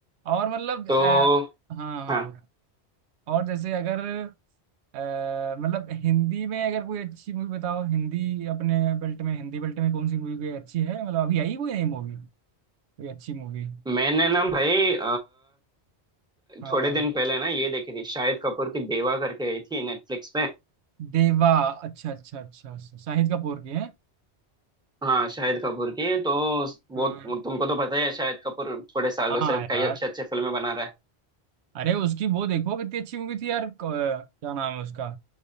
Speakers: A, on the right; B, in the centre.
A: और मतलब
B: तो
A: अ, हाँ
B: हाँ
A: हाँ और जैसे अगर अ, मतलब हिंदी में अगर कोई अच्छी मूवी बताओ हिंदी अपने बेल्ट में हिंदी बेल्ट में कौन सी मूवी कोई अच्छी है मतलब अभी आई कोई नई मूवी कोई अच्छी मूवी
B: मैंने ना भाई
A: हाँ
B: थोड़े दिन पहले ना ये देखी थी शाहिद कपूर की देवा करके आई थी नेटफ्लिक्स में
A: देवा अच्छा अच्छा अच्छा अच्छा, शाहिद कपूर की है
B: हाँ शाहिद कपूर की तो वो
A: हाँ
B: वो तुमको तो पता ही है शाहिद कपूर थोड़े सालों
A: हाँ
B: से
A: यार
B: कई अच्छे अच्छे फिल्में बना रहा है
A: अरे उसकी वो देखो कितनी अच्छी मूवी थी यार क- क्या नाम है उसका